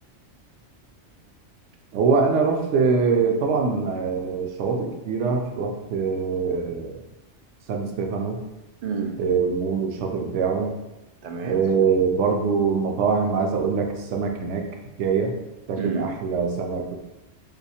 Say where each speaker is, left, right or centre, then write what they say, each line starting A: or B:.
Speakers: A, on the right; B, on the right.
A: هو انا رحت آه، طبعا آه، شواطئ كتيره رحت آه، سان ستيفانو
B: امم
A: آه، المول والشاطئ بتاعه
B: تمام
A: آه،
B: جميل
A: برضو المطاعم عايز اقول لك السمك هناك حكايه تاكل
B: امم
A: احلى سمك